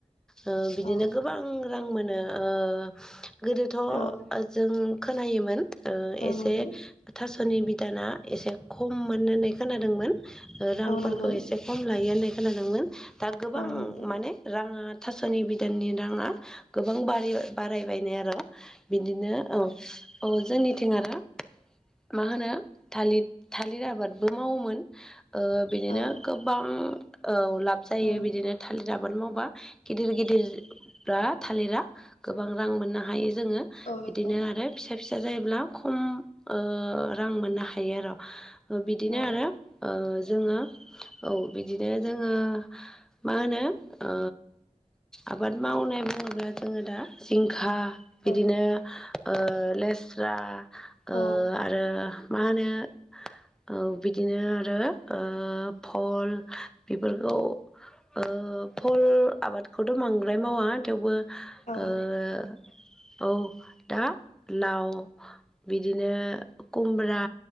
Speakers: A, in the centre; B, on the left (about 65°).
A: ओ बिदिनो
B: औ
A: गोबां रां मोनो ओ गोदोथ'
B: औ
A: जों खोनायोमोन ओ
B: औ
A: एसे
B: नंगौ
A: थास' थास'नि बिदाना एसे खममोन होननाय खोनादोंमोन। ओ रांफोरखौ
B: औ नंगौ
A: एसे खम लायो होननाय खोनादोंमोन दा गोबां
B: औ नंगौ
A: माने राङा थास'नि बिदाननि राङा गोबां बारिबाय बारायबायनो आर' बिदिनो औ औ जोंनि थिं आरो मा होनो थालिर थालिर आबादबो मावोमोन ओ बिदिनो
B: औ
A: गोबबां औ लाब जायो
B: औ
A: बिदिनो थालिर आबाद मावबा गिदिर गिदिर <unintelligible> <unintelligible> थालिरा गोबां रां मोननो
B: औ
A: हायो जोङो
B: औ
A: बिदिनो
B: नंगौ
A: आरो फिसा फि जायोब्ला खम ओ रां मोननो हायो र' बिदिनो
B: औ
A: आरो ओ जोङो औ बिदिनो जोङो मा होनो ओ आबाद मावनाय बुङोब्ला जोङो दा जिंखा
B: औ
A: बिदिनो ओ लेस्रा ओ
B: औ
A: आरो मा होनो ओ बिदिनो आरो ओ भल बेफोरखौ ओ फल आबादखौथ' बांद्राय मावा थेवबो
B: औ
A: ओ औ दा लाव बिदिनो कुम्ब ब्रा